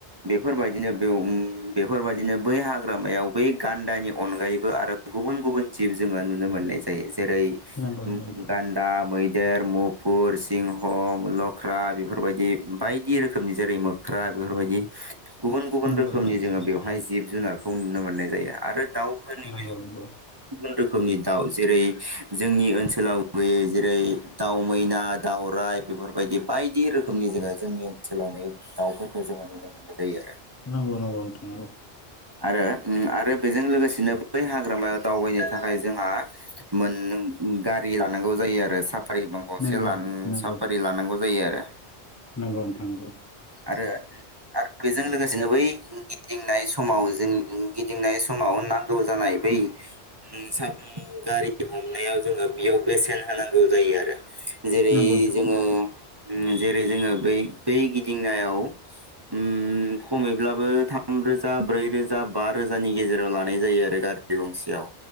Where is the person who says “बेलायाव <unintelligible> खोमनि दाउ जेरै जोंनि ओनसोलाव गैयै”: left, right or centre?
Right